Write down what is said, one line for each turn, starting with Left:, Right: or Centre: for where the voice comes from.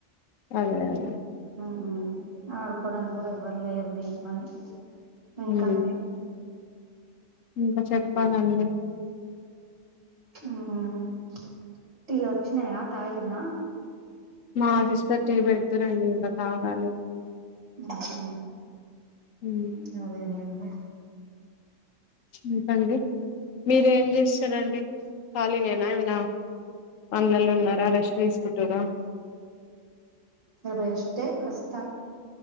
Left: అదే అదే
Right: ఉమ్ ఆడుకోడనికి కూడా ఎవరు లేరు తీ అని ఇంకండి
Left: ఉమ్ ఇంకా చెప్పాలండి
Right: ఉమ్ టీ వచ్చినయా తాగిన్ర
Left: మా సిస్టర్ టీ పెడుతురండి ఇంకా తాగాలి
Right: ఉహ్మ్
Left: హ్మ్.
Right: అదే లెండి
Left: ఇంకండి మీరు ఏం చేస్తున్రు అండి ఖాళీనేన్న ఇంక పంలల్లో ఉన్నారా రెష్ట్ తీసుకుంటుట్ర
Right: ఆ రెస్ట్ ఏ ప్రస్తు